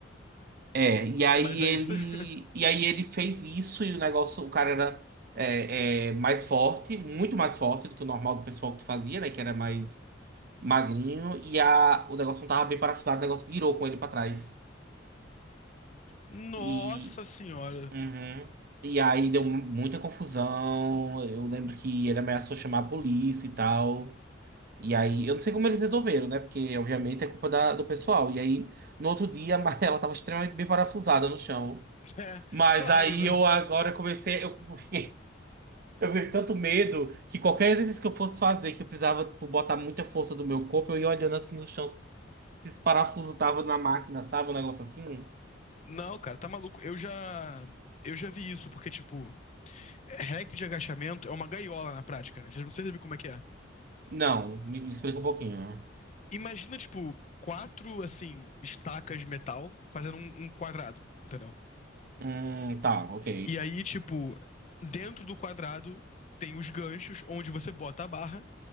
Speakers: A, on the right; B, on the left.
A: É, e aí
B: Mas é
A: ele,
B: isso. <laughs>
A: e aí ele fez isso e o negócio, o cara era é, é, mais forte, muito mais forte do que o normal do pessoal que fazia, né? Que era mais magrinho, e a, o negócio não tava bem parafusado, o negócio virou com ele pra trás.
B: Nossa
A: E,
B: senhora.
A: uhum. E aí deu mu- muita confusão. Eu lembro que ele ameaçou chamar a polícia e tal. E aí, eu não sei como eles resolveram, né? Porque, obviamente, é culpa da, do pessoal. E aí, no outro dia, a Mar- <laughs> ela tava extremamente bem parafusada no chão.
B: É,
A: Mas
B: claro,
A: aí
B: né?
A: eu agora comecei, eu, <laughs> eu fiquei com tanto medo que qualquer exercício que eu fosse fazer, que eu precisava tipo, botar muita força do meu corpo, eu ia olhando assim no chão, se esse parafuso tava na máquina, sabe? Um negócio assim.
B: Não, cara, tá maluco. Eu já, eu já vi isso, porque, tipo, hack de agachamento é uma gaiola na prática, né? Vocês não sabem como é que é.
A: Não, me, me explica um pouquinho.
B: Imagina, tipo, quatro, assim, estacas de metal fazendo um, um quadrado, entendeu?
A: Hum, tá, ok.
B: E aí, tipo, dentro do quadrado tem os ganchos onde você bota a barra